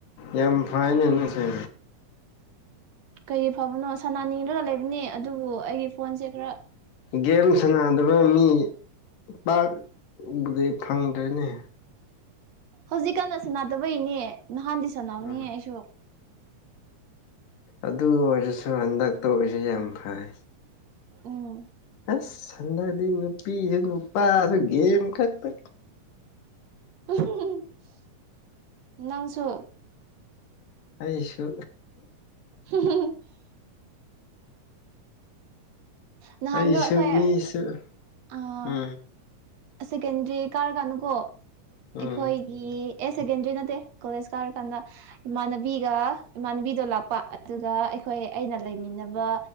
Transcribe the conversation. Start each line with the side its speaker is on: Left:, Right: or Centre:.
Left: ꯌꯥꯝ ꯐꯥꯏꯅꯦ ꯅꯣꯢꯁꯦ
Right: ꯀꯩ ꯐꯕꯅꯣ ꯁꯅꯥꯅꯤꯡꯉꯒ ꯂꯩꯕꯅꯤ ꯑꯗꯨꯕꯨ ꯑꯩꯒꯤ ꯐꯣꯟꯁꯦ ꯈꯔ
Left: ꯒꯦꯝ ꯁꯥꯟꯅꯗꯕ ꯃꯤ ꯄꯥꯛꯄꯗꯤ ꯐꯪꯗ꯭ꯔꯦꯅꯦ
Right: ꯍꯧꯖꯤꯛꯀꯥꯟꯅ ꯁꯥꯟꯅꯗꯕꯩꯅꯦ ꯅꯍꯥꯟꯗꯤ ꯁꯥꯟꯅꯕꯅꯦ
Left: ꯎꯝ
Right: ꯑꯩꯁꯨ
Left: ꯑꯗꯨ ꯑꯣꯏꯔꯁꯨ ꯍꯟꯗꯛ ꯇꯧꯔꯤꯁꯨ ꯌꯥꯝ ꯐꯩ
Right: ꯎꯝ
Left: ꯑꯁ ꯍꯟꯗꯛꯗꯤ ꯅꯨꯄꯤꯁꯨ ꯅꯨꯄꯥꯁꯨ ꯒꯦꯝ ꯈꯛꯇ
Right: <unintelligible> ꯅꯪꯁꯨ
Left: ꯑꯩꯁꯨ
Right: <inaudible> ꯅꯍꯥꯟꯗꯣ
Left: ꯑꯩꯁꯨ
Right: ꯑꯩꯈꯣꯏ
Left: ꯃꯤꯁꯨ
Right: ꯑꯥ
Left: ꯎꯝ
Right: ꯁꯦꯀꯦꯟꯗ꯭ꯔꯤ ꯀꯥꯔ ꯀꯥꯅꯀꯣ
Left: ꯎꯝ
Right: ꯑꯩꯈꯣꯏ ꯏ ꯌꯥꯔ ꯁꯦꯀꯦꯟꯗ꯭ꯔꯤ ꯅꯠꯇꯦ ꯀꯣꯂꯦꯖ ꯀꯥꯔꯀꯥꯟꯗ ꯏꯃꯥꯟꯅꯕꯤꯒ ꯏꯃꯥꯟꯅꯕꯤꯗꯣ ꯂꯥꯛꯄ ꯑꯗꯨꯒ ꯑꯩꯈꯣꯏ ꯑꯩꯅ ꯂꯩꯃꯤꯟꯅꯕ